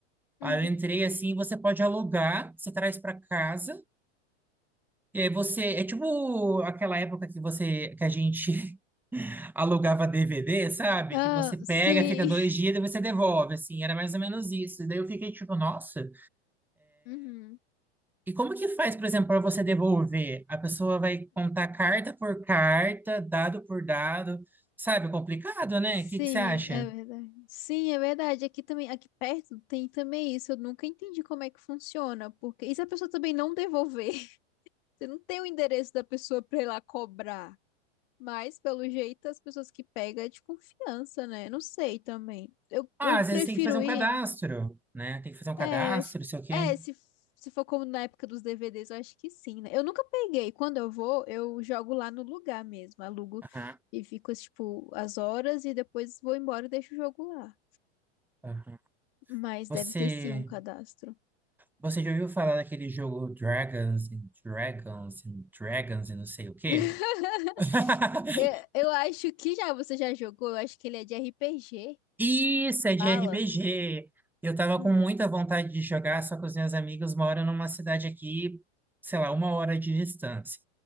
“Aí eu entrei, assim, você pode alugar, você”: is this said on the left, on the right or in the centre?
Centre